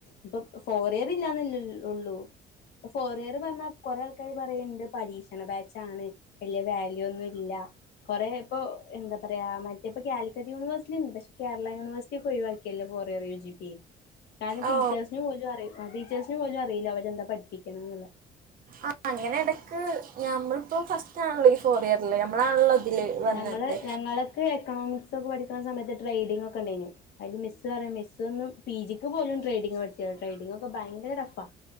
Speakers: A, on the left; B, on the right.
A: ഇപ്പൊ ഫോർ ഇയർ ഇല്ലാന്നല്ലേ ഉള്ളൂ ഫോർ ഇയർ പറഞ്ഞാ കൊറെ ആൾക്കാര് പറയണ്ട് പരീക്ഷണ ബാച്ച് ആണ് വല്ല്യ വാല്യൂ ഒന്നും ഇല്ല കൊറെ ഇപ്പൊ എന്താ പറയാ മറ്റ- ഇപ്പ കാലിക്ക യുണേഴ്സിറ്റി ഉണ്ട് പക്ഷ കേരള യൂണിവേഴ്റ്റി ഒഴിവാക്കിയല്ല ഫോർ യ ജി പി കാരണം ടീച്ചേഴ്സസിന്
B: ഓ
A: പോലും അറി ടീച്ചേഴ്സിന് പോലും അറിയില്ല അവരെന്താ പഠിപ്പിക്കണം എന്നുള്ളത്
B: ആഹ് അങ്ങനെ ഇടക്ക് നഞമ്മളിപ്പോ ഫസ്റ്റ് ആണല്ലോ ഈ ഫോർയർ നമ്മളാണല്ലോ ഇതില് വന്നത്
A: ഞങ്ങള് ഞങ്ങൾക്ക് എക്കണോമിക്സ് ഒക്കെ പഠിക്കണ സമയത്ത് ട്രേഡിംഗ് ക്ക ഉണ്ടയിനു അതില് മിസ് പറയാം മിസ് ഒന്നും പി ജിക്ക് പോലും ട്രേഡിംഗ് പഠിച്ചതാ ട്രേഡിംഗ ഒക്ക ഭയങ്കര ടഫാ